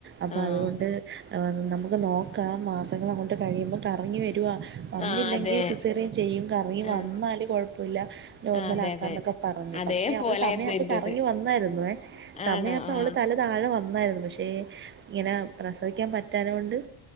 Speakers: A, on the right; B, on the left.
A: അപ്പ
B: ആഹ്
A: അതുകൊണ്ട് നമുക്ക് നോക്കാം മാസങ്ങൾ അങ്ങോട്ട് കഴിയുമ്പോൾ കറങ്ങി വരു വന്നില്ലെങ്കിൽ
B: ആഹ് അതെ
A: സിസേറിയൻ ചെയ്യും കറങ്ങി
B: ആഹ്
A: വന്നാല് കൊഴപ്പമില്ല നോർമൽ
B: ആ അതെ
A: ആക്കാന്നൊക്കെ
B: അതെ
A: പറഞ്ഞു
B: അതേ
A: പക്ഷെ
B: പോലായിരുന്നു
A: അവള് സമയപ്പ
B: എന്റത്
A: കറങ്ങി വന്നായിരുന്നു സമയപ്പ
B: ആണോ ആ
A: അവള് തല താഴെ വന്നായിരുന്നു പക്ഷേ ഇങ്ങനെ പ്രസവിക്കാൻ പറ്റാഞ്ഞ കൊണ്ട്